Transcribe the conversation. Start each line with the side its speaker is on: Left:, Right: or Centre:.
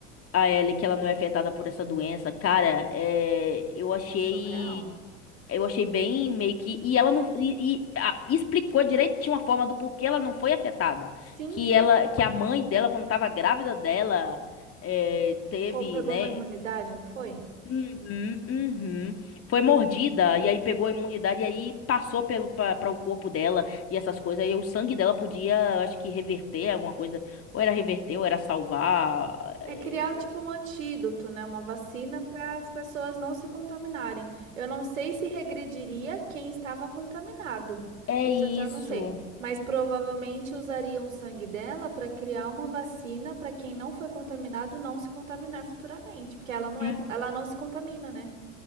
Left: a Ellie que ela não é afetada por essa doença, cara, é, eu achei.
Right: é surreal.
Left: Eu achei bem meio que. E ela não. E, e a- explicou direitinho a forma do porquê ela não foi afetada.
Right: Sim,
Left: Que
Right: sim.
Left: ela, que a mãe dela, quando tava grávida dela, é, teve,
Right: Co- Pegou
Left: né?
Right: uma imunidade, não foi?
Left: Uhum, uhum. Foi mordida, e aí pegou a imunidade, e aí passou pelo, para o corpo dela e essas coisas. Aí o sangue dela podia, eu acho que, reverter alguma coisa. Ou era reverter, ou era salvar. eh,
Right: É criar
Left: pô.
Right: tipo um antídoto, né? Uma vacina para as pessoas não se contaminarem. Eu não sei se regrediria quem estava contaminado.
Left: É
Right: Isso
Left: isso.
Right: eu já não sei. Mas provavelmente usariam o sangue dela para criar uma vacina para quem não foi contaminado não se contaminar futuramente, porque ela não
Left: Hum,
Right: é, co- ela não se contamina, né?